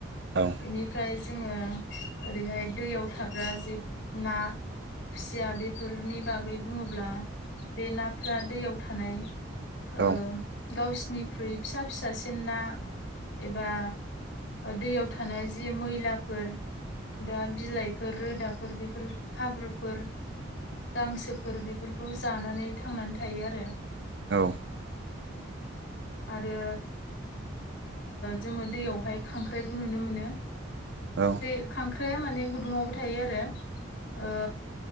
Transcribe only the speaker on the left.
बेनिफ्राय जोङो ओरैहाय दैयाव थाग्रा जे ना खुसिया बेफोरनि बागै बुङोब्ला बे नाफोरा दैयाव थानाय
ओ गावसिनिख्रुइ फिसा फिसासिन ना एबा दैयाव थानाय जि मैलाफोर दा बिलाइफोर रोदाफोर बेफोर हाब्रुफोर गांसोफोर बेफोरखौ जानानै थांनानै थायो आरो
आरो जोङो दैयावहाय खांख्राइबो नुनो मोनो
दै खांख्राइया माने गुदुङावबो थायो आरो ओ